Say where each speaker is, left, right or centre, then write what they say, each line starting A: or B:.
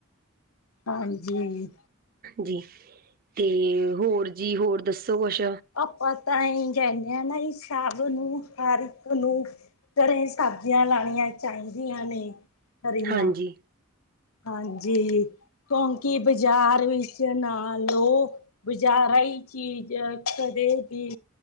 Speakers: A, on the left; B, on the right.
A: ਹਾਂਜੀ।
B: ਜੀ ਤੇ ਹੋਰ ਜੀ ਹੋਰ ਦੱਸੋ ਕੁਛ?
A: ਆਪਾ ਤਾਂ ਆਏ ਈ ਕੈਂਦੇ ਆ ਨਾ ਈ ਸਬ ਨੂੰ ਹਰ ਇੱਕ ਨੂੰ ਘਰੇ ਸਬਜ਼ੀਆਂ ਲਾਣੀਆਂ ਚਾਈਦੀਆਂ ਨੇ ਹਰੀਆਂ
B: ਹਾਂਜੀ
A: ਹਾਂਜੀ ਕੋਂਕਿ ਬਾਜ਼ਾਰ ਵਿੱਚ ਨਾਲ ਓ ਬੁਜਾਰਾ ਈ ਚੀਜ਼ ਕਦੇ ਵੀ